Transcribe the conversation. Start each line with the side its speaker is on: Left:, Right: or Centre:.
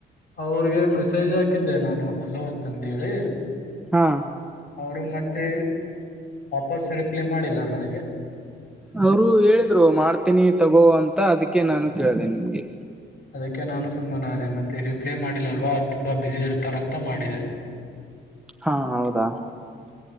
Left: ಅವ್ರಿಗೆ ಮೆಸೇಜ್ ಹಾಕಿದ್ದೆ ನಾನು ಹಲೋ ತಂದೇಳಿ.
Centre: ಹಾ.
Left: ಅವರು ಮತ್ತೆ ವಾಪಸ್ಸ ರಿಪ್ಲೈ ಮಾಡಿಲ್ಲ ನನಗೆ.
Centre: ಅವರು ಹೇಳಿದ್ರು ಮಾಡ್ತೀನಿ ತಗೋ ಅಂತ ಅದಕ್ಕೆ ನಾನು ಕೇಳಿದೆ ನಿಮ್ಗೆ.
Left: ಅದಕ್ಕೆ ನಾನು ಸುಮ್ಮನ ಅೇ ಮತ್ತೆ ರಿಪ್ಲೈ ಮಾಡಿಲ್ಲಲ್ವ ತುಂಬಾ ಬಿಸಿ ಇರ್ತಾರಂತ ಮಾಡಿದೆ.
Centre: ಹಾ ಹೌದಾ.